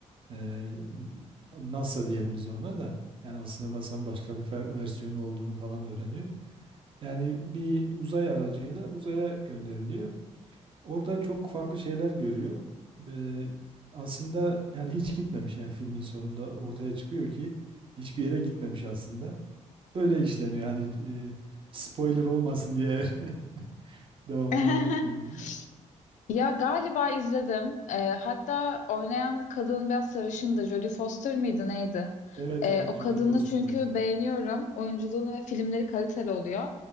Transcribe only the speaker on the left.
<laughs>
Ya galiba izledim. Ee, hatta oynayan kadın biraz sarışındı. Jodie Foster mıydı neydi?
Ee,
o
kadını
çünkü beğeniyorum. Oyunculuğunu ve filmleri kaliteli oluyor.